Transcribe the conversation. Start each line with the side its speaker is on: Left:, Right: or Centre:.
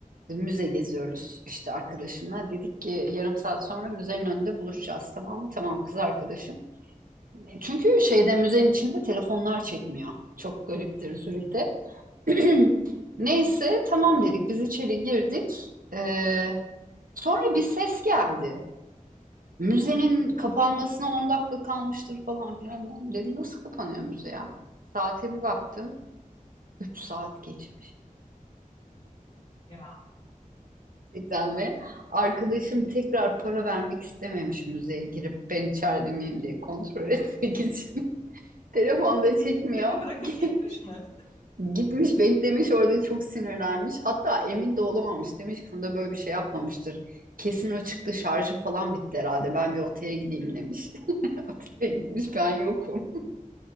Right: Müze geziyoruz işte arkadaşımla. Dedik ki yarım saat sonra müzenin önünde buluşacağız tamam mı? Tamam kız arkadaşım. Çünkü şeyde müzenin içinde telefonlar çekmiyor. Çok gariptir Zürih'te. <clears throat> Neyse tamam dedik biz içeri girdik. Ee, sonra bir ses geldi. Müzenin kapanmasına 10 dakika kalmıştır falan filan. Dedim nasıl kapanıyor müze ya? Saate bir baktım. Üç saat geçmiş.
Left: Ya.
Right: Gerçekten ve arkadaşım tekrar para vermek istememiş müzeye girip ben içeride miyim diye kontrol <laughs> etmek için. Telefonda çekmiyor.
Left: Seni bırakıp
Right: <laughs>
Left: gitmiş mi?
Right: Gitmiş beklemiş orada çok sinirlenmiş. Hatta emin de olamamış. Demiş ki Funda böyle bir şey yapmamıştır. Kesin o çıktı şarjı falan bitti herhalde. Ben bir otele gideyim demiş. <laughs> Otele gitmiş ben yokum.